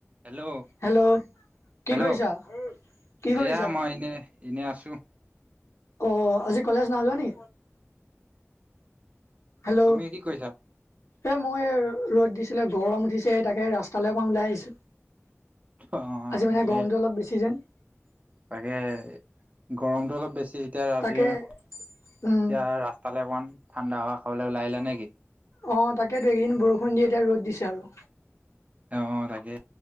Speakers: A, on the right; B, on the left.
A: Hello
B: hello কি
A: hello
B: কৰিছা। কি কৰিছা
A: এয়া মই এনে এনে আছো।
B: অ আজি কলেজ নাজাও নি, হেল্ল'
A: তুমি কি কৰিছা
B: এ মই ৰদ দিছো। আছিলে গৰম উঠিছে তাকে ৰাস্তালৈ অকণমান ওলাই আহিছো।
A: অ
B: আজি মানে গৰমটো
A: এ
B: অলপ বেছি যেন,
A: তাকে গৰমতটো অলপ বেছি এতিয়া ৰাতি।
B: তাকে
A: তেতিয়া
B: উম
A: ৰাস্তালৈ অকমান ঠাণ্ডা হোৱা খাবলৈ ওলাই আহিলে নেকি।
B: অ তাকেতো কেইদিন বৰষুণ দিয়ে এতিয়া ৰ'দ দিছে আৰু
A: অ তাকে।